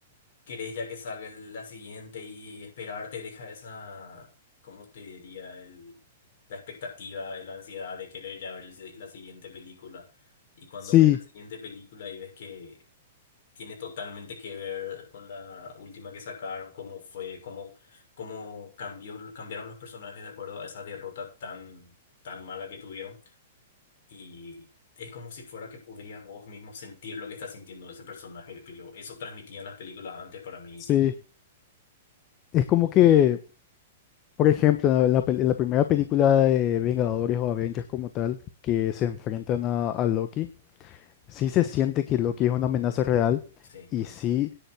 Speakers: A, on the left; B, on the left.
A: querés ya que salga la siguiente y esperar te deja esa, ¿cómo te diría? El, la expectativa, la ansiedad de querer ya ver si- la siguiente película. Y cuando
B: Sí,
A: ves la siguiente película y ves que tiene totalmente que ver con la última que sacaron, cómo fue, cómo, cómo cambió, cambiaron los personajes de acuerdo a esa derrota tan, tan mala que tuvieron. Y es como si fuera que podrías vos mismo sentir lo que está sintiendo ese personaje. Que yo, eso transmitían las películas antes para mí.
B: sí. Es como que, por ejemplo, en la, en la pel- en la primera película de Vengadores o Avengers como tal, que se enfrentan a, a Loki. sí se siente que Loki es una amenaza real
A: Sí,
B: y sí